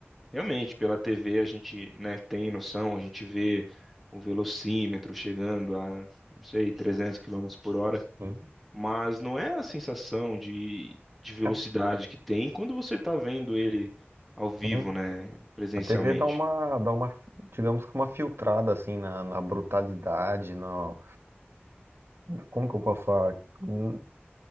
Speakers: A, in the centre; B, on the right (about 65°).
A: Realmente, pela TV a gente, né, tem noção, a gente vê o velocímetro chegando a, não sei, 300 quilômetros por hora,
B: Sim,
A: mas não é a sensação de, de velocidade
B: é
A: que tem quando você está vendo ele ao vivo,
B: assim.
A: né, presencialmente.
B: A TV dá uma dá uma, digamos que uma filtrada assim na, na brutalidade, na Como que eu posso falar? Hum,